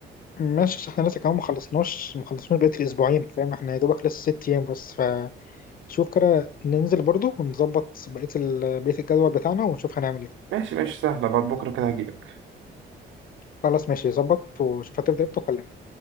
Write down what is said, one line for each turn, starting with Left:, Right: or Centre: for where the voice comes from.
Left: ماشي عشان احنا لسه كمان ما خلصناش ما خلصناش بقيت الاسبوعين فاهم احنا يا دوبك لسه ست ايام بس فشوف كده ننزل برضو ونظبط بقيه ال- بقيه الجدول بتاعنا ونشوف هنعمل ايه
Right: ماشي ماشي سهلة بعد بكرة كده هجيلك
Left: خلاص ماشي ظبط وشوف هتفضل امتى وكلمني